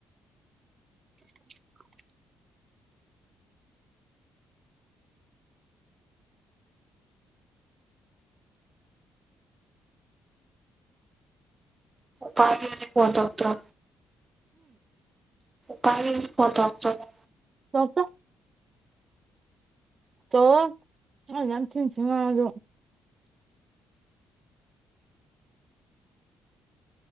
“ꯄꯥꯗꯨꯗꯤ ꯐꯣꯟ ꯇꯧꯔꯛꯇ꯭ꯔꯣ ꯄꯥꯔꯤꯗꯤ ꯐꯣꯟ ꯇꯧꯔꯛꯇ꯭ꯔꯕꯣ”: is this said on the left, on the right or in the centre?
Right